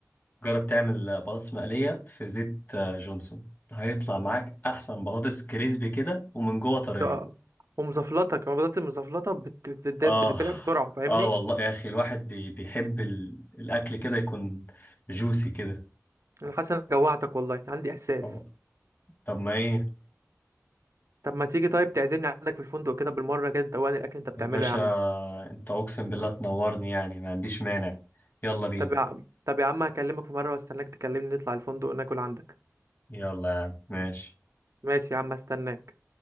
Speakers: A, on the left (about 40°); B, on the right (about 65°).
A: قاعد تعمل برش مالية في زيت آه، جونسون هايطلع معك أحسن برش كريسب كده ومن جوا تريا
B: بت... آه. ومزفلطه كمان البطاطس المزفلطه بت... بتد-
A: اه
B: بتتبلع بسرعه فاهمني
A: اه والله ياخي الواحد بي بيحب ال الأكل كده يكون جوسي كده
B: انا حاسس انك جوعتك والله عندي احساس
A: آه. طب ما إيه
B: طب ما تيجي طيب تعزمني عندك في الفندق كده بالمره كده تدوقني الاكل اللي انت بتعمله
A: بشه
B: يا عم
A: أنت أوكس بالاطن وارني يعني ما عندش مانع يلا بين
B: طب يا عم طب يا عم هكلمك في مره واستناك تكلمني نطلع الفندق ناكل عندك
A: يلا مش
B: ماشي يا عم هستناك